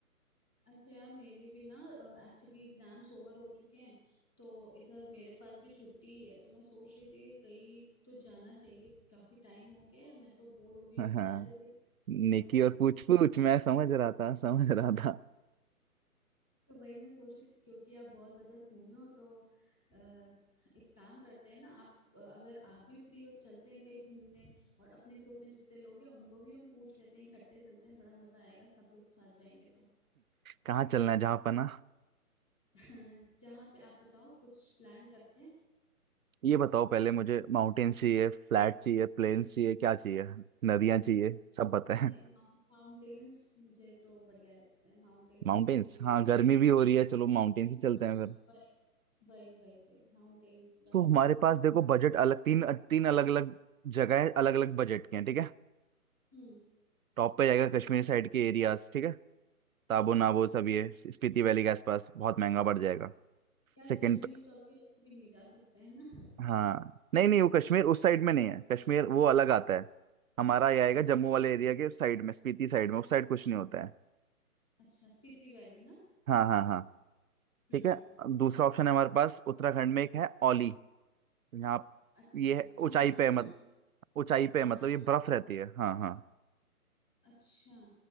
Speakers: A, in the centre; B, on the right.
A: अच्छा यार मेरी भी ना एक्चुअली एग्जाम्स ओवर हो चुके हैं तो इधर मेरे पास भी छुट्टी ही है तो मैं सोच रही थी कि कहीं तो जाना चाहिए काफी टाइम हो गया है मैं तो बोर
B: <laughs>
A: हो गई
B: हाँ
A: एग्जाम दे दे
B: नेकी
A: जा जा के
B: और पूछ पूछ मैं समझ रहा था समझ रहा था
A: तो वही मैं सोच रही थी क्योंकि आप बहुत ज्यादा घूमे हो तो अ, एक काम करते हैं ना आप अ, अगर आप भी फ्री हो चलते हैं कहीं घूमने और अपने ग्रुप में जितने लोग हैं उनको भी हम पूछ लेते हैं इकट्ठे चलते हैं बड़ा मजा आएगा सब लोग साथ जाएंगे तो
B: कहाँ चलना है जहाँ पर ना
A: <laughs> जहाँ पे आप बताओ कुछ प्लान करते हैं
B: ये बताओ पहले मुझे माउंटेन्स चाहिए फ्लैट चाहिए प्लेन्स चाहिए क्या चाहिए नदियाँ चाहिए सब बताएं
A: नहीं माउंटेन्स मुझे तो बढ़िया लगता है माउंटेन्स
B: माउंटेन्स
A: भी बीच
B: हाँ गर्मी भी हो रही है चलो माउंटेन्स ही चलते
A: हाँ
B: हैं
A: वही वही वही वही माउंटेन्स ज्यादा
B: तो हमारे
A: बढ़िया
B: पास
A: है
B: देखो बजट अलग तीन तीन अलग अलग जगह है अलग अलग बजट के हैं ठीक है
A: हम्म
B: टॉप पे जाएगा कश्मीर साइड के एरियाज ठीक है ताबो नाबो
A: हाँ
B: सब ये स्पीति वैली के आसपास बहुत महंगा पड़ जाएगा
A: यार
B: सेकंड
A: कश्मीर तो अभी ऐसे भी नहीं जा सकते हैं ना
B: हाँ नहीं नहीं वो कश्मीर
A: हम्म,
B: उस साइड में नहीं है कश्मीर वो अलग आता है हमारा ये आएगा
A: अच्छा
B: जम्मू वाले एरिया के उस साइड में स्पीति साइड में उस साइड कुछ नहीं होता है
A: अच्छा स्पीति वैली ना
B: हाँ हाँ हाँ
A: हम्म
B: ठीक है अब दूसरा ऑप्शन है हमारे पास उत्तराखंड में एक है औली यहाँ
A: अच्छा
B: ये है
A: हाँ
B: ऊंचाई
A: नाम
B: पे है मत
A: तो सुना
B: ऊंचाई पे है मतलब
A: नाम
B: ये बर्फ
A: सुना
B: रहती है हाँ हाँ
A: अच्छा